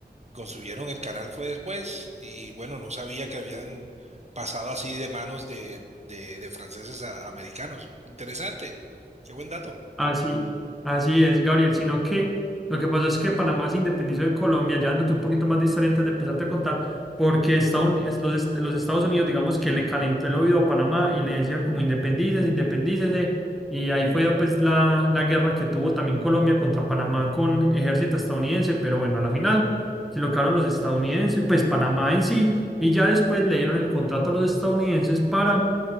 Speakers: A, on the right; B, in the centre.
A: construyeron el canal fue después y bueno, no sabía que habían pasado así de manos de, de, de franceses a americanos. Interesante, qué buen dato.
B: Así, así es, Gabriel, sino que lo que pasa es que Panamá se independizó de Colombia, ya dándote un poquito más de historia antes de empezarte a contar, porque Estados es- los, est- los Estados Unidos, digamos que le calentó el oído a Panamá y le decía como independícese, independícese, y ahí fue pues la, la guerra que tuvo también Colombia contra Panamá con ejército estadounidense, pero bueno, a la final se lo quedaron los estadounidenses, pues Panamá en sí, y ya después le dieron el contrato a los estadounidenses para